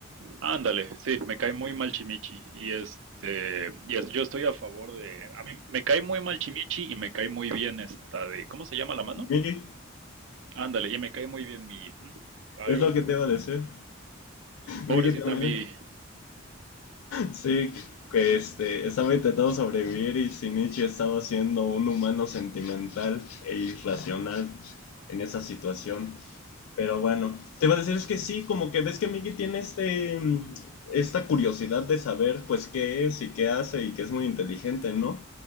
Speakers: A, on the right; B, on the left.
A: Ándale, sí, me cae muy mal Chimichi y este, y es- yo estoy a favor de, a mí me cae muy mal Chimichi y me cae muy bien esta de, ¿cómo se llama la mano?
B: Miki,
A: Ándale, y me cae muy bien mi, mm, ay,
B: es
A: oh,
B: lo que te iba a decir.
A: pobrecita
B: Miki también.
A: mi,
B: Sí, que este, estaba intentando sobrevivir y Shinichi estaba siendo un humano sentimental e irracional en esa situación. Pero bueno, te iba a decir es que sí, como que ves que Mickey tiene este, mm, esta curiosidad de saber pues qué es y qué hace y que es muy inteligente, ¿no?